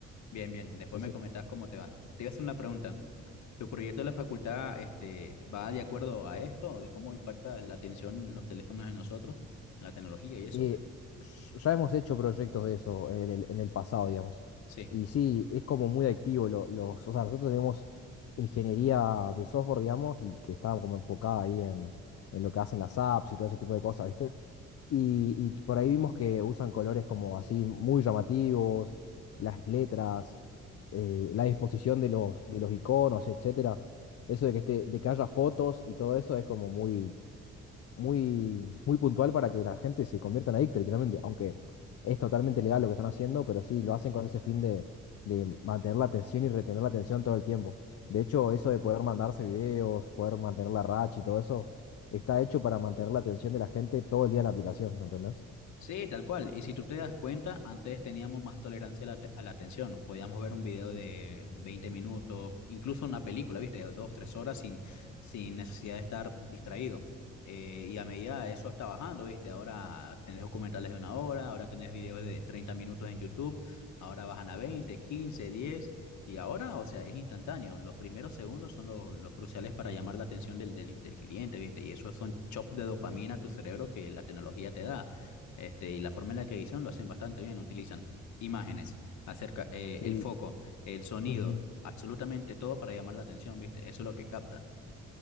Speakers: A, on the left; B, on the left.
A: bien, bien, después
B: Decir,
A: me comentabas cómo te va. Te iba a hacer una pregunta. ¿Tu proyecto de la facultad, este, va de acuerdo a esto, de cómo impacta la atención los teléfonos en nosotros, la tecnología y eso?
B: eh, sh- ya hemos hecho proyectos de eso en el, en el pasado, digamos.
A: Sí.
B: Y sí, es como muy adictivo. lo- los, o sea, nosotros tenemos ingeniería de software, digamos, y que está como enfocada ahí en, en lo que hacen las apps y todo ese tipo de cosas, ¿viste? Y, y por ahí vimos que usan colores como así muy llamativos, las letras, eh, la disposición de los, de los iconos, etcétera. Eso de que esté, de que haya fotos y todo eso es como muy muy, muy puntual para que la gente se convierta en adicta, literalmente. Aunque es totalmente legal lo que están haciendo, pero sí, lo hacen con ese fin de, de mantener la atención y retener la atención todo el tiempo. De hecho, eso de poder mandarse videos, poder mantener la racha y todo eso, está hecho para mantener la atención de la gente todo el día en la aplicación, ¿entendés?
A: Sí, tal cual. Y si tú te das cuenta, antes teníamos más tolerancia a la, te- a la atención. Podíamos ver un video de 20 minutos, incluso una película, ¿viste? De Dos, tres horas sin, sin necesidad de estar distraído. Eh, y a medida de eso está bajando, ¿viste? Ahora tenés documentales de una hora, ahora tenés videos de 30 minutos en YouTube, ahora bajan a 20, 15, 10. Y ahora, o sea, es instantáneo. Los primeros segundos son los, los cruciales para llamar la atención del, del, del cliente, ¿viste? Y eso son chops de dopamina a tu cerebro que la tecnología te da. Este, y la forma en la que edición lo hacen bastante bien, utilizan imágenes, acerca, eh,
B: Sí.
A: el foco, el sonido,
B: ujú.
A: absolutamente todo para llamar la atención, ¿viste? Eso es lo que capta.